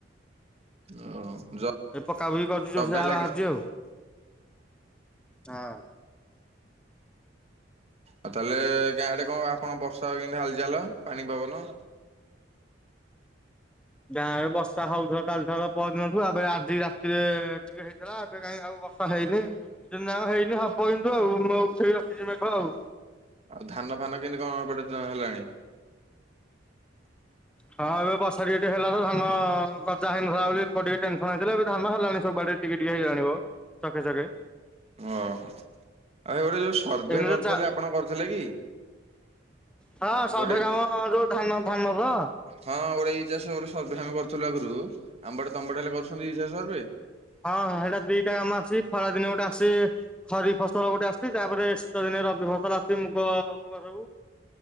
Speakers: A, on the right; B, in the centre.
A: <unintelligible> ଜ ବ୍ ପାଇଁ <unintelligible>
B: ଏ ପକାପକି କରୁଛି ଯୋଉଠି ଯାହା ବାହାରୁଛି ଆଉ। ହଁ।
A: ଆଉ ତାହେଲେ ଗାଁ ଆଡେ କଣ ଆପଣ ବର୍ଷ ର୍ଷାର କେନ୍ତି ହାଲ୍ ଚାଲ ପାଣି ପବନ?
B: ଗାଁରେ ବର୍ଷା ହଉଥେଲା କାଲିଠାରୁ ପଅର ଦିନଠୁ ଫେରେ ଆଜି ରାତିରେ ଟିକେ ହେଇଥେଲା। ଏବେ କାଇଁ ଆଉ ବର୍ଷା ହେଇନି, ଦିନଯାକ ହେଇନି ହବ କିନ୍ତୁ ଆଉ ମୁଁ ଉଠେଇ ରଖିଛି ମେଘ ଆଉ।
A: ଆଉ ଧାନ ଫାନ କେନ୍ତି କଣ ଏପଟେ ହେଲାଣି?
B: ହଁ ଏବେ ବର୍ଷା ଟିକେ-ଟିକେ ହେଲା ତ ଧାନ ଗଜା ହେଇନଥିଲା ବୋଲି <unintelligible> ଟେନ୍ସନ୍ ହେଇଥିଲେ ଏବେ ଧାନ ହେଲାଣି ସବୁଆଡେ ଟିକେ-ଟିକେ ହେଇଗଲାଣି ବ ଚକେ-ଚକେ।
A: ଓହୋ ଆଉ ଗୋଟେ ଯୋଉ ସର୍ଭେ
B: ଏଇନେ
A: କରୁଥିଲେ
B: ଯୋଉ ଚା
A: ଆପଣ କରିଥିଲେ କି?
B: ହଁ ସର୍ଭେ
A: ଗୋଟେ
B: କାମ ଯୋଉ ଧାନ ଧାନର?
A: ହଁ ଗୋଟେ ଏଇ ଚାଷ ଗୋଟେ ସର୍ଭେ ଆମେ କରୁଥିଲୁ ଆଗରୁ <unintelligible> ତମ ଆଡେ ହେଲେ କରୁଚନ୍ତି ଏଇ ଚାଷ ସର୍ଭେ?
B: ହଁ-ହଁ ହେଇଟା ଦିଟା ଆମ ଆସଛି ଖରା ଦିନେ ଗୋଟେ ଆସଛି ଖରିଫ୍ ଫସଲ ଗୋଟେ ଆସୁଛି, ତାପରେ ଶୀତଦିନେ ରବି ଫସଲ ଆସଛି ମୁଗ ଫୁଗ ସବୁ।